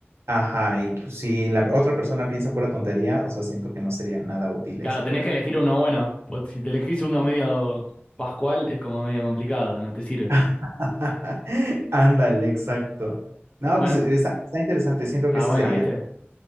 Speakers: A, on the right; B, on the left.
A: Ajá, y pues, si la otra persona piensa pura tontería, o sea, siento que no sería nada útil
B: Claro,
A: ese
B: tenés
A: poder.
B: que elegir uno bueno. o Si te elegís uno medio pascual, es como medio complicado, no te sirve.
A: <laughs> Ándale, exacto. No,
B: Bueno,
A: pues está, está interesante, siento
B: está
A: que ese
B: buena,
A: sería.
B: ¿viste?